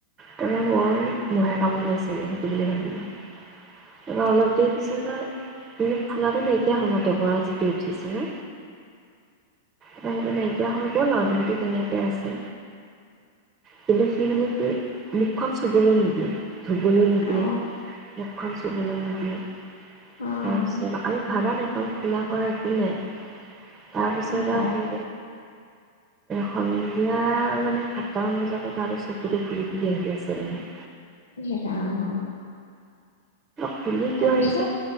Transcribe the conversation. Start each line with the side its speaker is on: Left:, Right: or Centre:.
Right: তাৰপৰা মই মহে কামুৰিলে চাগে সেইটো বুলি ভাবিলো তাৰপৰা অলপ দেৰি পিছত আৰু তম ফুলাটো নাইকিয়া হল দবৰা যিটো উঠিছিলা। সেইটো নাইকিয়া হৈ গ'ল দিনটো তেনেকে আছে কিন্তু সি মানে কি মুখখন চুবলৈ নিদিয়ে ধুবলৈ নিদিয়ে
Left: অ',
Right: মুখখন চুবলৈ নিদিয়ে
Left: অ',
Right: তাৰপিছত আমি ভাবা নাই কাৰণ ফোলা কৰা একো নাই। তাৰপিছত
Left: অহ,
Right: আৰু সন্ধিয়া মানে সাতটা মান বজাতে তাৰ চকুটো ফুলিলে, বহি আছে নহয়
Left: ইয়ে ৰাম
Right: ফুলি কিয়
Left: তাৰপিছত
Right: আহিছে